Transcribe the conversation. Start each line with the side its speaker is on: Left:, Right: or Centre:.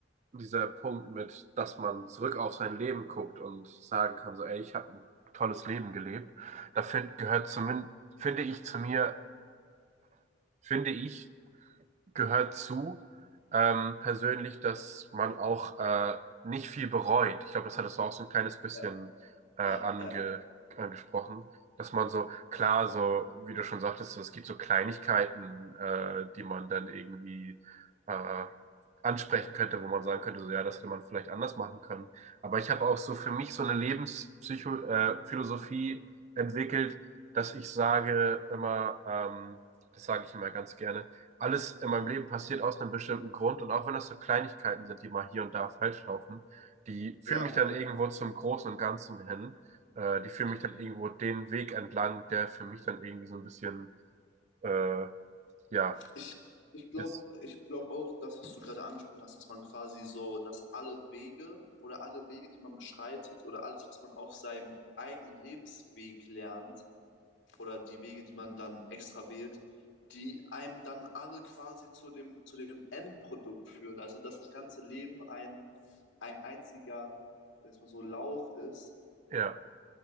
Right: dieser Punkt mit, dass man zurück auf sein Leben guckt und sagen kann, so, ey, ich habe ein tolles Leben gelebt, da find, gehört zumindest, finde ich zu mir, finde ich, gehört zu, ähm, persönlich, dass man auch äh, nicht viel bereut. Ich glaube, das hattest du auch so ein kleines bisschen
Left: Ja,
Right: äh, ange
Left: ja, ja,
Right: angesprochen, dass man so, klar, so, wie du schon sagtest, so, es gibt so Kleinigkeiten, äh, die man dann irgendwie äh, ansprechen könnte, wo man sagen könnte, so, ja, das hätte man vielleicht anders machen können. Aber ich habe auch so für mich so eine Lebenspsycho äh, Philosophie entwickelt, dass ich sage immer, ähm, das sage ich immer ganz gerne, alles in meinem Leben passiert aus einem bestimmten Grund und auch wenn das so Kleinigkeiten sind, die mal hier und da falsch laufen, die führen
Left: ja.
Right: mich dann irgendwo zum Großen und Ganzen hin. Äh, die führen
Left: Ich,
Right: mich dann irgendwo den Weg entlang, der für mich dann irgendwie so ein bisschen, äh, ja,
Left: ich, ich glaube
Right: ist.
Left: ich glaub auch, das, was du gerade angesprochen hast, dass man quasi so, dass alle Wege oder alle Wege, die man beschreitet oder alles, was man auf seinem eigenen Lebensweg lernt oder die Wege, die man dann extra wählt, die einem dann alle quasi zu dem, zu dem Endprodukt führen. Also, dass das ganze Leben ein, ein einziger, sag ich mal so, Lauf ist
Right: Ja,